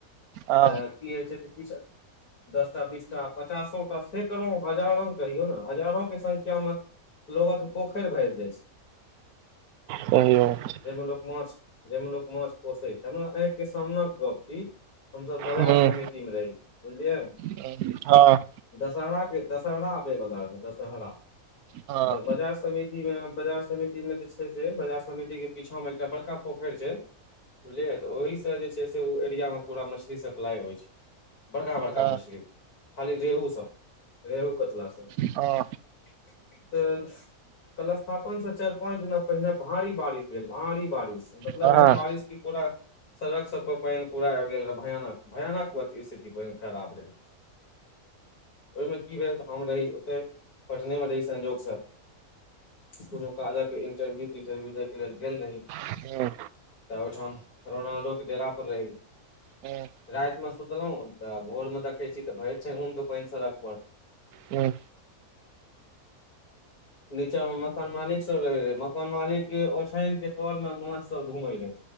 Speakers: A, on the right; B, on the left.
A: आ,
B: तऽ कि होइ छै तऽ कि छै दसटा बीसटा पचासोटा सँ कहू ने हजारो कहियो न हजारोक संख्या मे लोगक पोखरि भरि जाइ छै।
A: सही बात
B: जाहिमे लोग माछ जाहिमे लोक माछ पोषैत छै से हमरा आँखि के सामनेक गप छै। हम सभ बाजार
A: हँ
B: समितिमे रही बुझलियै
A: हँ हँ हँ
B: दशहरा के दशहरा आबै बला रहै दशहरा
A: हँ
B: त बाजार समिति मे बाजार समिति मे जे छै से बाजार समिति के पीछा मे एकटा बड़का पोखरि छै बुझलियै त ओहीसँ जे छै से ओहि एरियामे पूरा मछलीक सप्लाइ होइ छै बड़का बड़का
A: हँ हँ
B: मछली खाली रेहू सभ रेहू कतला सभ
A: ह
B: <unintelligible> कलशथापन से चारि पाँच दिना पहिने भारी बारिश भेल भारी बारिश मतलब
A: हँ
B: एहन बारिश कि पूरा सड़क सभपर पैनि पूरा आबि गेल रहै भयानक भयानक स्थिति ओइदिन खराब रहे ओहिमे कि भेल तऽ हम रही ओते पटने मे रही संजोग स कोनो काज के इंटरव्यू तिंटरव्यू दय के लेल गेल रही
A: हँ
B: तऽ ओहिठाम रोनाल्डो डेरापर रही
A: हँ
B: राति मे सुतलहुँं तऽ भोर मे देखैत छी तऽ भरि ठेहुन के पैइन सड़क पर
A: हँ
B: नीचा मे मकान मालिक सभ रहेत रहे मकान मालिक के ओछाइन के तोर मे माछ सभ घूमेय रहै